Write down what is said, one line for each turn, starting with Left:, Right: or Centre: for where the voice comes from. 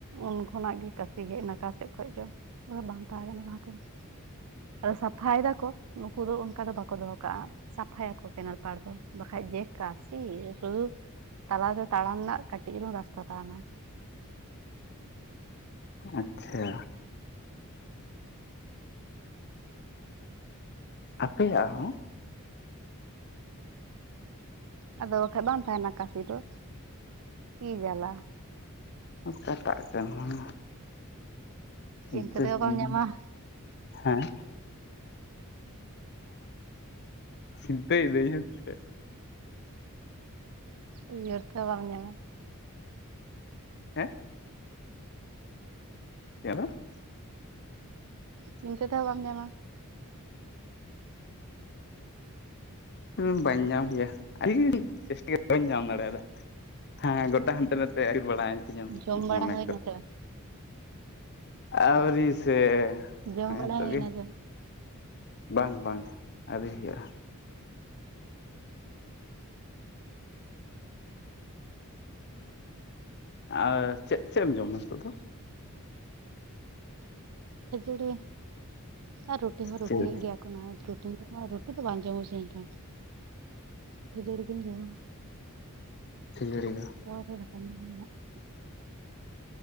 Right: ᱩᱱ ᱠᱷᱚᱱᱟᱜ ᱜᱮ ᱠᱟᱥᱤ ᱦᱮᱡ ᱮᱱᱟ ᱚᱠᱟ ᱥᱮᱫ ᱠᱷᱚᱪᱚ ᱾ ᱵᱟᱠᱷᱟᱡ ᱵᱟᱝ ᱛᱟᱦᱮᱱ ᱠᱟᱱᱟ ᱞᱟᱦᱟ ᱛᱮᱫᱚ ᱾ ᱟᱫᱚ ᱥᱟᱯᱷᱟᱭ ᱫᱟᱠᱚ ᱱᱩᱠᱩ ᱫᱚ ᱚᱱᱠᱟ ᱫᱚ ᱵᱟᱠᱚ ᱫᱚᱦᱚ ᱠᱟᱜᱼᱟ ᱾ ᱥᱟᱯᱷᱟᱭᱟᱠᱚ ᱠᱮᱱᱮᱞ ᱯᱟᱲ ᱫᱚ ᱵᱟᱠᱷᱟᱡ ᱡᱮ ᱠᱟᱥᱤ, ᱨᱩᱸ ᱛᱟᱞᱟᱛᱮ ᱛᱟᱲᱟᱢ ᱨᱮᱱᱟᱜ ᱠᱟᱹᱴᱤᱡ ᱪᱩᱞᱩᱝ ᱨᱟᱥᱛᱟ ᱛᱟᱦᱮᱱᱟ ᱾
Left: ᱟᱪᱪᱷᱟ ᱟᱯᱮᱭᱟᱜ ᱦᱚᱸ!
Right: ᱟᱫᱚ ᱵᱟᱠᱷᱟᱡ ᱵᱟᱝ ᱛᱟᱦᱮᱱᱟ ᱠᱟᱥᱤ ᱫᱚ! ᱠᱤ ᱡᱟᱞᱟ
Left: ᱚᱠᱟᱴᱟᱜ ᱠᱮᱦᱚᱸ
Right: ᱪᱤᱱᱛᱟᱹ
Left: <unintelligible>
Right: ᱛᱮᱦᱚᱸ ᱵᱟᱢ ᱧᱟᱢᱟ
Left: ᱦᱮᱸ ᱪᱤᱱᱛᱟᱹᱭ ᱫᱟᱹᱧ ᱦᱮᱥᱮ,
Right: ᱩᱭᱦᱟᱹᱨ ᱛᱮᱦᱚᱸ ᱵᱟᱢ ᱧᱟᱢᱟ ᱾
Left: ᱦᱮᱸ <unintelligible>
Right: ᱪᱤᱱᱛᱟᱹ ᱛᱮᱦᱚᱸ ᱵᱟᱢ ᱧᱟᱢᱟ ᱾
Left: ᱦᱩᱸ ᱵᱟᱹᱧ ᱧᱟᱢ ᱜᱮᱭᱟ ᱟᱹᱰᱤ ᱪᱮᱥᱴᱤ ᱵᱟᱹᱧ ᱧᱟᱢ ᱫᱟᱲᱮ ᱭᱟᱫᱟ ᱾ ᱦᱮᱸ ᱜᱚᱴᱟ ᱦᱟᱱᱛᱮ ᱱᱟᱛᱮ ᱟᱹᱭᱩᱨ ᱵᱟᱲᱟᱭᱮᱱ ᱛᱤᱧᱟ
Right: ᱡᱚᱢ ᱵᱟᱲᱟ
Left: ᱢᱚᱱᱮ
Right: ᱦᱩᱭᱱᱟ
Left: ᱠᱚ ᱾
Right: ᱥᱮ ᱵᱟᱝ
Left: ᱟᱹᱣᱨᱤ ᱥᱮ!
Right: ᱡᱚᱢ
Left: ᱦᱮᱸ
Right: ᱵᱟᱲᱟ
Left: ᱱᱤᱛᱚᱜ
Right: ᱦᱩᱭ
Left: ᱜᱮ
Right: ᱱᱟ ᱥᱮ
Left: ᱵᱟᱝ ᱵᱟᱝ ᱟᱹᱣᱨᱤ ᱦᱩᱭᱩᱜᱼᱟ ᱾ ᱟᱨ ᱪᱮᱫ ᱪᱮᱫ ᱮᱢ ᱡᱚᱢᱟ ᱱᱤᱛᱳᱜ ᱫᱚ?
Right: ᱠᱷᱟᱹᱡᱟᱹᱲᱤ ᱟᱨ ᱨᱩᱴᱤ ᱦᱚᱸ ᱨᱩᱴᱤᱭᱮᱫ
Left: ᱪᱮᱫ
Right: ᱜᱮᱭᱟ ᱠᱚ ᱚᱱᱟ ᱨᱩᱴᱤᱧ ᱨᱮᱢᱟ ᱨᱩᱴᱤ ᱫᱚ ᱵᱟᱝ ᱡᱚᱢ ᱥᱟᱱᱟᱧ ᱠᱟᱱᱟ ᱠᱷᱟᱹᱡᱟᱹᱲᱤ ᱜᱮᱧ ᱡᱚᱢᱟ ᱾
Left: ᱠᱷᱟᱹᱡᱟᱹᱲᱤ ᱜᱮ
Right: ᱯᱚᱨᱮ ᱛᱮ ᱫᱟᱠᱟ ᱫᱤᱧ ᱡᱚᱢᱟ ᱦᱟᱸᱜ ᱾